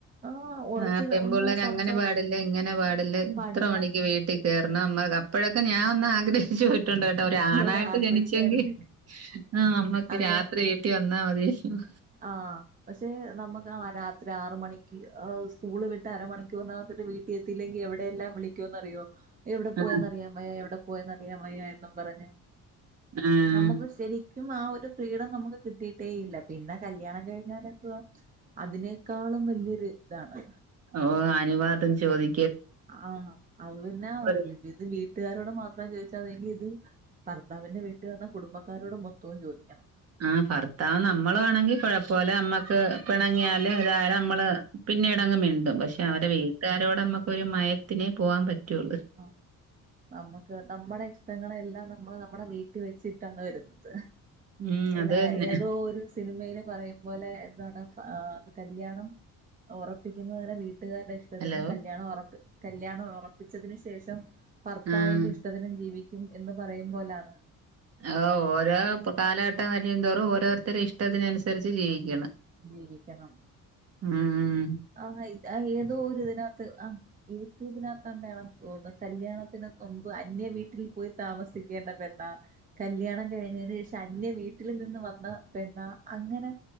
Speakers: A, on the right; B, on the right.
A: ആഹ് ഉറച്ച്
B: ആഹ പെമ്പിള്ളേർ
A: ഒന്ന് സംസാരിച്ച്
B: അങ്ങനെ പാടില്ല ഇങ്ങനെ പാടില്ല
A: പാടില്ല
B: ഇത്ര മണിക്ക് വീട്ടിൽ. കേറണം മ്മ അപ്പോഴൊക്കെ ഞാൻ ഒന്ന് ആഗ്രഹിച്ചു. ണ്ട് കേട്ടോ ഒരാണായിട്ട്
A: ഒരു ആൺകൊച്ചായിരുന്നെങ്കിൽ
B: ജനിച്ചെങ്കിൽ ആ നമ്മക്ക്
A: അതെ
B: രാത്രിയും ട്ടി വന്നാ മതി ആഹ്
A: ആഹ് പക്ഷെ നമ്മക്ക് ആഹ് രാത് ഒരാറ് മണിക്ക് ആഹ് സ്കൂള് വിട്ട് അരമണിക്കൂറിനകത്തിട്ട് വീട്ടിലെത്തില്ലെങ്കി എവിടെയെല്ലാം വിളിക്കോന്നറിയോ എവിടെ പോയെന്നറിയാൻ
B: ആഹ്
A: വയ്യാ എവിടെ പോയെന്നറിയാൻവയ്യാ എന്നും പറഞ്ഞ്
B: ആഹ്
A: നമ്മുക്ക് ശരി ക്കും ആഹ് ഒരു ഫ്രീഡം നമുക്ക് കിട്ടീട്ടേയില്ല പിന്നെ കല്യാണം കഴിഞ്ഞാലെന്തുവാ അതിനേക്കാളും വല്യൊരു ഇതാണ്
B: ഓഹ് അനുവാദം ചോദി
A: ആഹ് അത് തന്നാ
B: ഒരു
A: ഇഇത് വീട്ടുകാരോട് മാത്രം ചോദിച്ചാ മതിയെങ്കി ഇത് ഭർത്താവിന്റെ വീട്ട്കാർടെ കുടുംബക്കാരോട് മൊത്തോം ചോദിക്കണം
B: ആഹ് ഭർത്താവ് നമ്മളാണെങ്കി കൊഴപ്പവില്ല നമ്മക്ക് പെണങ്ങിയാലും ഏതായാലും നമ്മള് പിന്നീടങ്ങ് മിണ്ടും പക്ഷെ അവരെ വീട്ടുകാരോടമ്മക്കൊര് മയത്തിനേ പോവാൻ പറ്റ്വൊള്ളു
A: ആഹ് നമുക്ക് നമ്മുടെ ഇഷ് ങ്ങളെല്ലാം നമ്മള് നമ്മടെ വീട്ടി വെച്ചിട്ടാണ് വെര്ന്നത്
B: ഉം
A: എല്ലാ
B: അത് തന്നെ
A: ഏതോ ഒരു സിനിമയ്ലെ പറയും പോലെ എന്താണ് ആഹ് കല്യാണം ഒറപ്പിക്കുന്നവരെ വീ ട്ട്കാര്ടെ ഇഷ്ടത്തിനും
B: ഹലോ
A: കല്യാണം ഒറപ്പി കല്യാണം ഒറപ്പിച്ചതിന് ശേഷം ഭർത്താവിന്റിഷ്ടത്തിനും
B: ആഹ്
A: ജീവിക്കും എന്ന് പറയുമ്പോലാണ്
B: ആഹ് ഓരോപ്പം കാലഘട്ടം വരുന്തോറും ഓരോരുത്തരെ ഇഷ്ടത്തിനുസരിച്ച് ജീവിക്കണ്
A: ജീവിക്കണം
B: ആഹ്
A: ആഹ് ഇതാ ഏതോ ഒര്തിനാത്ത് അഹ് യൂട്യൂബിനാത്തക്കെയാണന്ന് തോന്നുന്നു കല്യാണത്തിന് നുമ്പ് അന്യ വീട്ടിൽ പോയി താമസിക്കേണ്ട പെണ്ണാ കല്യാണം കഴിഞ്ഞേന് ശേഷം അന്യ വീട്ടില് നിന്ന് വന്ന പെണ്ണാ അങ്ങനെ